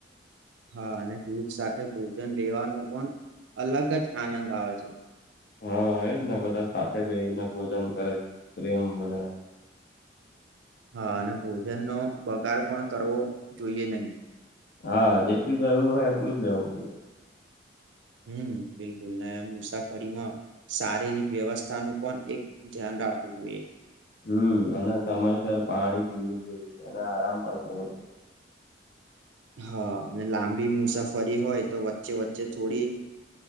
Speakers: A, on the right (about 75°); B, on the left (about 55°).
A: હા અને જૂથ સાથે ભોજન લેવાનો પણ અલગ જ આનંદ આવે છે.
B: હા એ જ ને બધા સાથે બેને ભોજન કરે પ્રેમ વધે.
A: હા અને ભોજન નો બગાડ પણ કરવો જોઈએ નહી.
B: હા જેટલી જરૂર હોય એટલું જ લેવું પડે.
A: હમ બિલકુલ મુસાફરીમાં શારીરિક વ્યવસ્થા નું પણ એક ધ્યાન રાખવું જોઈએ.
B: હમ અને સમયસર પાણી પીવું જોઈએ, અને આરામ પણ કરવો જોઈએ.
A: હા અને લાંબી મુસાફરી હોય તો વચ્ચે વચ્ચે થોડી